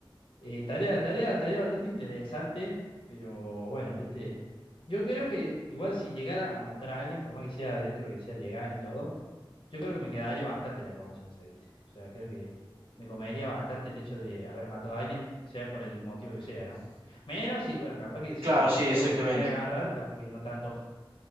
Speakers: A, on the left; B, on the right.
A: Eh, tarea, tarea, tarea bastante interesante, pero bueno, viste. Yo creo que igual si llegara a matar a alguien, por más que sea dentro que sea legal y todo, yo creo que me quedaría bastante la conciencia, viste. O sea, creo que me comería bastante el hecho de haber matado a alguien, sea por el motivo que sea, ¿no? Menos si, bueno, capaz que si
B: Claro,
A: me quiso
B: sí, exactamente.
A: venir a agarrar, capaz que no tanto,